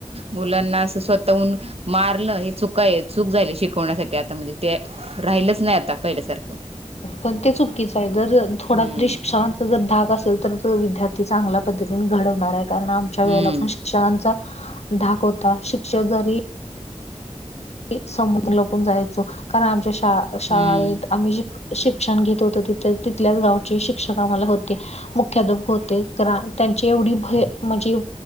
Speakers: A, on the right; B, on the left.
A: मुलांना असं स्वतःहून मारन हे चुका आहे चूक झाली शिकवण्यासाठी आता म्हणजे ते राहिलच नाही आता पहिले सारखं
B: पण ते चुकीचं आहे जर थोडा
A: हम्म
B: तरी् शांत जर धाक असेल तर विद्यार्थी चांगल्या पद्धतीने घडवणार आहे कारण आमच्या वेळेला
A: हम्म
B: पण श शिक्षकांचा धाक होता शिक्षक जरी ते समजून लपून जायचो कारण आमच्या शा शाळेत
A: हम्म
B: आम्ही जे शिक्षण घेत होत तथ तिथल्याच गावचे शिक्षक आम्हाला होते मुख्याधप होते करा त्यांची एवढी भय म्हणजे